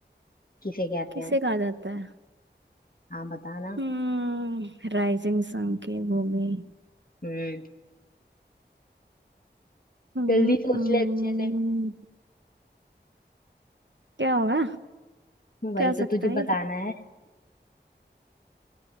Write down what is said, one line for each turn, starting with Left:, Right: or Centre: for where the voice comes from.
Left: किसे कहते
Right: किसे
Left: हैं
Right: कहा जाता है
Left: हाँ बताना
Right: हम्म राइजिंग सन की भूमि
Left: हम्म
Right: हम्म,
Left: जल्दी सोच
Right: हम्म।
Left: ले अच्छे से
Right: क्या होगा
Left: वही
Right: क्या हो सकता
Left: तो तुझे
Right: है
Left: बताना है